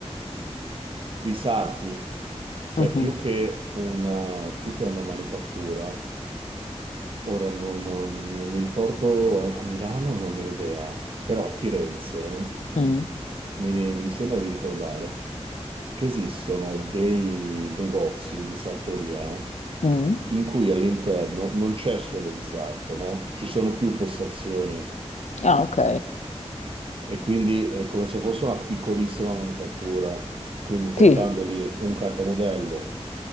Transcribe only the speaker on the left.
Mhm,
mm,
mm.
Ah, ok.
Sì,